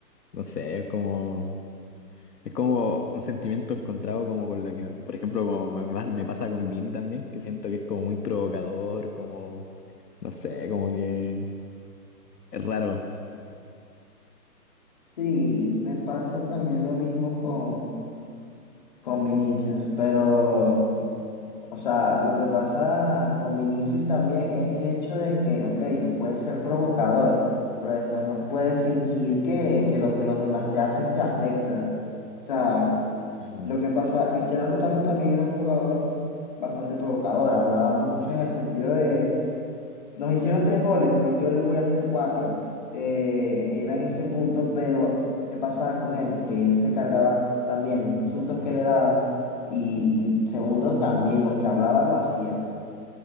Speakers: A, on the left; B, on the left.
A: no sé, es como. Es como un sentimiento encontrado como con la que, por ejemplo, como me, pas- me pasa con Vini también, que siento que es como muy provocador, como, no sé, como que es raro.
B: Sí, me pasa también lo mismo con, con Vinicius, pero, o sea, lo que pasa con Vinicius también es el hecho de que, ok, tú puedes ser provocador, pero después no puedes fingir que, que lo que los demás te hacen te afecta. O sea,
A: Mm,
B: Lo que pasa, Cristiano Ronaldo también era un jugador bastante provocador, hablaba mucho en el sentido de, nos hicieron tres goles, pues yo les voy a hacer cuatro. Eh, era en ese punto, pero ¿qué pasaba con él? Que él se cargaba también los insultos que le daban y, y segundo, también lo que hablaba lo hacía.